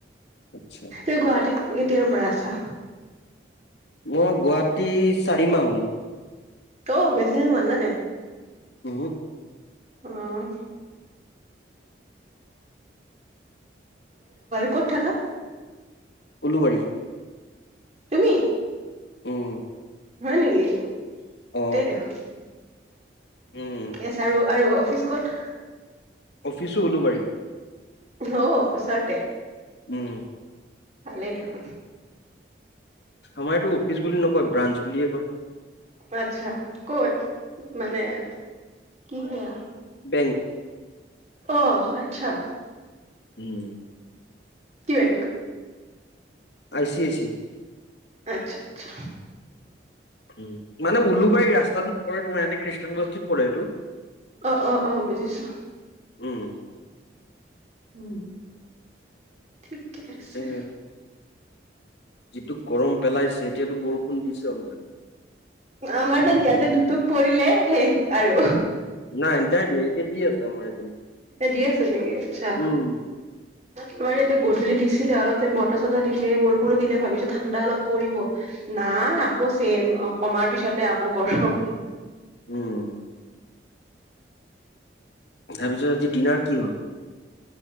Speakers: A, on the left; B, on the right.
A: আচ্ছা
B: এই গুৱাহাটীত কেতিয়াৰ পৰা আছা।
A: মই গুৱাহাটী চাৰি মাহ হল।
B: ত বেছি দি হোৱা নাই।
A: উহো।
B: আহ ক'ত থাকা
A: উলুবাৰী
B: তুমি
A: উম
B: হয় নেকি
A: অ
B: তেই দেখোন
A: উম
B: কেছ আৰু আৰু অফিচ কঁত
A: অফিচো ওলোবাৰি
B: অ ওচৰতে
A: উম
B: ভালেই দেখোন
A: আমাৰ এইটো অফিচ বুলি নকয় ব্ৰাঞ্চ বুলিয়ে কয়
B: আচ্ছা ক'ত মানে কি হে।
A: বেংক
B: অ আচ্ছা।
A: উম
B: কি bank
A: I C I C
B: আচ্ছা আচ্ছা
A: উম মানে ওলোবাৰি এই ৰাস্তাটোত পৰে তো এনে খ্ৰীষ্টানবষ্ঠীত পৰে এইটো
B: অ অ অ বুজিছো
A: উম
B: উম ঠিকে আছে
A: এ যিটো গৰম পেলাইছে এতিয়াতো বৰষুণ দিছে অলপ দেখোন
B: আমাৰ তাত ইয়াতে দুতুপ পৰিলে শেষ আৰু
A: নাই এতিয়া দি এতিয়া দি আছে এইপিনে।
B: এ দি আছে নেকি আচ্ছা
A: উম
B: তোমাৰ ইয়াতে গধূলি দিছিলে অলপ বতাহ চতাহ দিলে বৰষুণো দিলে ভাবিছো ঠাণ্ডা অলপ পৰিব নাই আকৌ চেম কমাৰ পিছতে আকৌ গৰম
A: উম তাৰ পিছত আজি ডিনাৰ কি হল